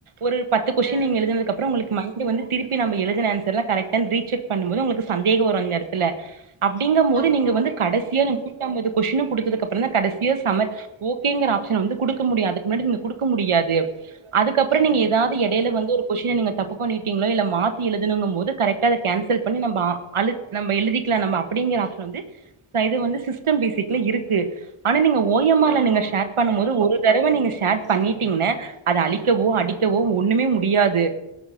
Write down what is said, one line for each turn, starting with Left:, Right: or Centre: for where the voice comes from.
Right: ஒரு பத்து கொஷின்
Left: ஆ
Right: நீங்க எழுதினது அப்பறொ உங்ளுக்கு மைன்ட் வந்து திருப்பி நம்ம எழுதின ஆன்சர்லா கரெக்டானு ரீ செக் பண்ணுபொது உங்ளுக்கு சந்தேகொ வரூ அந்த எடத்துல அப்படிங்க போது
Left: ஆமா
Right: நீங்க வந்து கடசியா நூத் அம்பது கொஷினு குடுத்ததுக்கப்பறந்தா கடசியா சமர் ஓகேங்கிற ஆப்ஷன் வந்து குடுக்க முடியூ அதுக்கு முன்னாடி நீங்க குடுக்க முடியாது அதுக்கப்பறொ
Left: ம்
Right: நீங்க ஏதாது எடையில வந்து ஒரு கொஷின நீங்க தப்பு பண்ணிட்டீங்களோ இல்ல மாத்தி எழுதுனுன்னு போது கரெக்டா அத கேன்சல் பண்ணி நம்ம அ அலுத் நம்ம எழுதிக்லா நம்ப அப்பிடிங்கிற ஆப்ஷன் வந்து இது வந்து சிஸ்டம் பேசிக்ல இருக்கு ஆனா நீங்க ஓ எம் ஆர்ல
Left: ஆமா
Right: நீங்க ஷேர் பண்ணும் போது ஒரு தடவ நீங்க ஷேட் பண்ணிட்டீங்கன்னெ அத அழிக்கவோ அடிக்கவோ ஒன்னுமே முடியாது